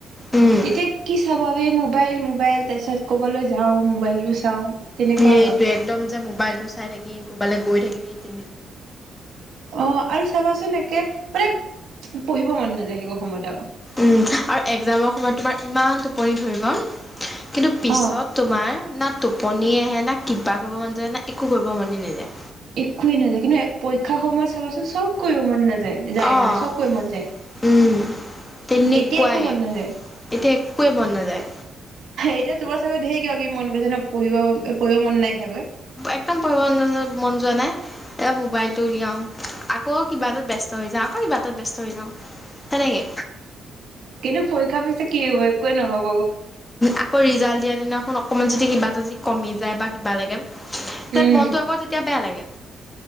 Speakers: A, on the left (about 20°); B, on the right (about 70°).
A: উম।
B: তেতিয়া কি চাবা বে মোক মোবাইল মোবাইল তাৰপিছত ক'বলৈ যাওঁ মোবাইলটো চাওঁ তেনেকুৱা
A: সেইটোৱে
B: হয়।
A: একদম যে মোবাইলতটো চাই থাকি কবালে গৈ থাকি সেই তে
B: অ আৰু চাবাচোন একে মানে পঢ়িব মন নাযায় সেই তো সময়ত আও
A: উ আৰু একজামৰ সময়ত তোমাৰ ইমান টোপনি ধৰিব কিন্তু পিছত
B: অ
A: তোমাৰ না টোপনি আহে না কিবা কৰিব মন যায় না একো কৰিব মনে নাযায়
B: একোৱে নাযায় কিন্তু পৰীক্ষাৰ সময়ত চাব চব কৰিব মন নাযায়, যাই
A: অ'
B: মানে চব কৰিব মন যায়
A: উম। তেনেকুৱাই
B: এতিয়া একো মন নাযায়,
A: এতিয়া একোৱে মন নাযায়
B: এতিয়া তোমাৰ চাগৈ ধেই কিবা কিবি মন গৈছে ন পঢ়িব পঢ়িব মন নাই চাগৈ
A: একদম পঢ়িব মন মন যোৱা নাই এতিয়া মোবাইলটো উলিয়াওঁ আকৌ কিবা এটাত ব্যস্ত হৈ যাওঁ আকৌ কিবা এটাত ব্যস্ত হৈ যাওঁ তেনেকে
B: কিন্তু পৰীক্ষা পিছে কি হব একোৱে নহ'ব
A: আকৌ ৰিজাল্ট দিয়া দিনাখন অকণমান যদি কিবা এটা যদি কমি যায় বা কিবা লাগে তে
B: উম
A: মনতটো আকৌ তেতিয়া বেয়া লাগে